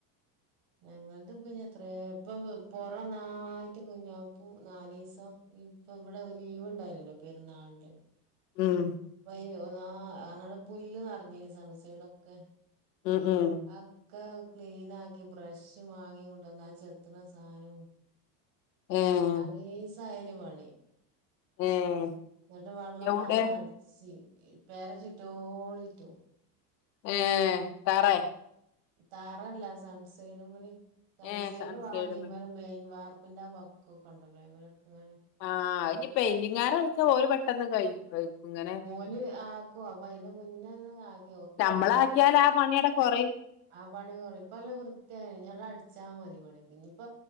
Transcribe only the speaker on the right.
ഞങ്ങൾത് ഇപ്പെനിത്രേ ഇപ്പ ഇപ്പൊ പൊറന്നായിട്ട് കുഞ്ഞപ്പൂ നാലീസം ഇപ്പൊ ഇവിടെ ലീവ് ഉണ്ടായിരുന്നല്ലോ പെരുന്നാളിന്റെ
ഇപ്പയ് ഒന്നാ അങ്ങട് പുല്ല് നറഞ്ഞിനിം സൺസൈടൊക്കെ
അഹ് ഒക്കെ ക്ലീൻ ആക്കി ബ്രഷ് വാങ്ങി കൊണ്ട് വന്നാ ചെത്തണ സാനവും
ആറീസം അതെയ്നിം പണി
എന്നിട്ട് വെള്ളം
പാർന്ന് അട്ച്ച് ച്ച് ഏഹ് പെര ചുറ്റോട് ചുറ്റും
തറല്ല സൺസൈട്മ്മല് സൺസൈഡും
ആതിമ്മലും
മെയിൻ വർപ്പിന്റെ വക്കും ക്കും ഒക്കെ ഇണ്ടല്ലോ അയ്മലൊക്കെ ഇങ്ങനെ
ഓല് ആക്കും അപ്പൊ അയ്ന്റെ മുന്നേന്നെ ആക്
ആ പണി കൊറയും ഇപ്പ നല്ല വൃത്തിയായി ഇഞ്ഞി ആണ്ട് അടിച്ചാ മതി പണി ഇനിയിപ്പ